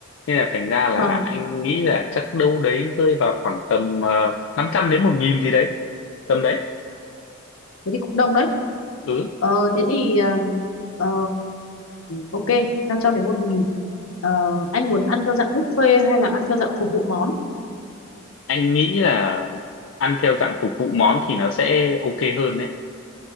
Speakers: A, on the left; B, on the left.
A: nên là thành ra là
B: vâng
A: anh nghĩ là chắc đâu đấy rơi vào khoảng tầm uh, 500 đến 1.000 gì đấy tầm đấy
B: thế thì cũng đông đấy
A: ừ
B: ờ, thế thì ờ, ờ, ok 500 đến 1.000 ờ, anh muốn ăn theo dạng buffet hay là ăn theo dạng phục vụ món
A: anh nghĩ là ăn theo dạng phục vụ món thì nó sẽ ok hơn đấy